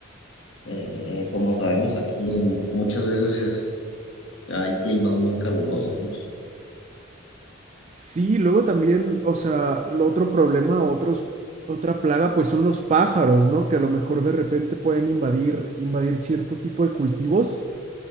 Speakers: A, on the left; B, on the right.
A: eh, como sabemos aquí en- muchas veces es, hay climas muy calurosos.
B: Sí, luego también, o sea, lo otro problema, otros, otra plaga, pues son los pájaros, ¿no? Que a lo mejor de repente pueden invadir, invadir cierto tipo de cultivos.